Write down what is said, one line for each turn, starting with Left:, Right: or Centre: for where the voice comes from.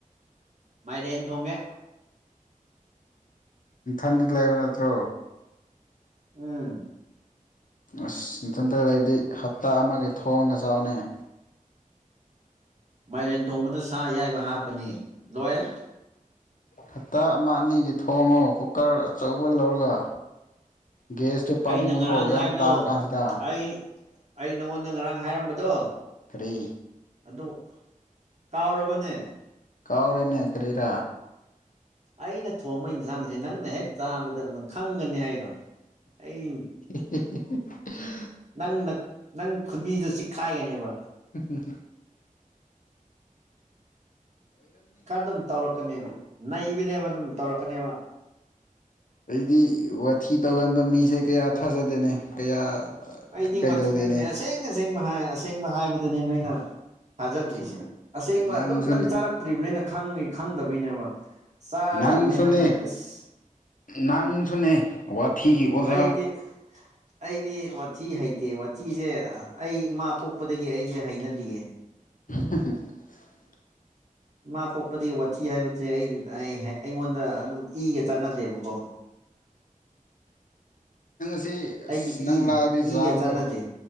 Right: ꯃꯥꯏꯔꯦꯟ ꯊꯣꯡꯉꯦ
Left: ꯏꯝꯊꯟꯗꯨ ꯂꯩꯕ ꯅꯠꯇ꯭ꯔꯣ
Right: ꯎꯝ
Left: ꯑꯁ ꯃꯊꯟꯇ ꯂꯩꯗꯤ ꯍꯞꯇꯥ ꯑꯃꯒꯤ ꯊꯣꯡꯒ ꯆꯥꯎꯅꯩ
Right: ꯃꯥꯏꯔꯦꯟ ꯊꯣꯡꯕꯗ ꯁꯥ ꯑꯌꯥꯏꯕ ꯍꯥꯞꯄꯅꯤ ꯂꯣꯏꯔꯦ
Left: ꯍꯞꯇꯥ ꯑꯃ ꯑꯅꯤꯒꯤ ꯊꯣꯡꯉꯣ ꯀꯨꯀꯔ ꯑꯆꯧꯕ ꯂꯧꯔꯒ ꯒꯦꯁꯇꯨ
Right: ꯑꯩꯅ
Left: ꯄꯥꯝꯃꯨꯗ꯭ꯔꯣ
Right: ꯉꯔꯥꯡ
Left: ꯌꯥꯝ
Right: ꯍꯥꯏꯕꯗꯣ
Left: ꯇꯥꯡꯉ ꯀꯥꯟꯁꯤꯗ
Right: ꯑꯩ ꯑꯩ ꯅꯪꯉꯣꯟꯗ ꯉꯔꯥꯡ ꯍꯥꯏꯔꯝꯕꯗꯣ
Left: ꯀꯔꯤ
Right: ꯑꯗꯨ ꯀꯥꯎꯔꯕꯅꯦ
Left: ꯀꯥꯎꯔꯤꯅ ꯀꯔꯤꯔꯥ
Right: ꯑꯩꯅ ꯊꯣꯡꯉꯩꯁ ꯌꯦꯟꯁꯥꯡꯁꯦ ꯅꯪꯅ ꯍꯦꯛ ꯆꯥꯕꯗꯗꯪ ꯈꯪꯒꯅꯤ ꯍꯥꯏꯗꯣ ꯑꯩ
Left: <unintelligible>
Right: ꯅꯪ ꯅꯪ ꯈꯨꯕꯤꯗꯨꯣ ꯆꯤꯛꯈꯥꯏꯒꯅꯦꯕ
Left: ꯎ
Right: ꯈꯔ ꯑꯗꯨꯝ ꯇꯧꯔꯛꯀꯅꯦꯕ ꯅꯩꯕꯅꯦꯕ ꯑꯗꯨꯝ ꯇꯧꯔꯛꯀꯅꯦꯕ
Left: ꯑꯩꯗꯤ ꯋꯥꯊꯤ ꯇꯧꯒꯟꯕ ꯃꯤꯁꯦ ꯀꯌꯥ ꯊꯥꯖꯗꯦꯅꯦ ꯀꯌꯥ
Right: ꯑꯩꯗꯤ
Left: ꯀꯩꯗꯧꯗꯦꯅꯦ
Right: ꯋꯥꯊꯤ ꯅꯠꯇꯦ ꯑꯁꯦꯡ ꯑꯁꯦꯡꯕ ꯍꯥꯏ ꯑꯁꯦꯡꯕ ꯍꯥꯏꯕꯗꯨꯅꯦ ꯅꯣꯏꯅ ꯊꯥꯖꯗ꯭ꯔꯤꯁꯦ ꯑꯁꯦꯡꯕ
Left: ꯅꯪꯁꯨꯅꯦ
Right: ꯑꯗꯨꯝ ꯅꯪ ꯆꯥꯔꯛꯇ꯭ꯔꯤꯕ ꯅ ꯑꯅ ꯈꯪꯉꯤ ꯈꯪꯗꯕꯩꯅꯦꯕ ꯆꯥꯔꯀꯥꯟꯗꯅꯦ
Left: ꯅꯪ ꯁꯅꯦ
Right: ꯅꯪꯅ ꯑꯁ
Left: ꯅꯪ ꯁꯅꯦ ꯋꯥ ꯊꯤꯒꯤ ꯑꯣꯖꯥ
Right: ꯑꯩꯗꯤ ꯑꯩꯗꯤ ꯋꯥꯊꯤ ꯍꯩꯇꯦ ꯋꯥꯊꯤꯁꯦ ꯑꯩ ꯏꯃꯥ ꯄꯣꯛꯄꯗꯒꯤ ꯑꯩꯁꯦ ꯍꯩꯅꯗꯌꯦ
Left: <unintelligible>
Right: ꯏꯃꯥ ꯄꯣꯛꯄꯗꯤ ꯋꯥꯊꯤ ꯍꯥꯏꯕꯁꯦ ꯑꯩꯗꯤ ꯑꯩ ꯑꯩꯉꯣꯟꯗ ꯑꯗꯨꯝ ꯏꯒ ꯆꯥꯟꯅꯗꯦꯕꯀꯣ <unintelligible>
Left: ꯅꯪ ꯉ ꯑꯁꯤ
Right: ꯑꯩꯒꯤ
Left: ꯑꯁ ꯅꯪ
Right: ꯏ
Left: ꯂꯥꯛꯑꯗꯤ ꯖꯥꯝꯗꯣ
Right: ꯏꯒ ꯆꯥꯟꯅꯗꯦ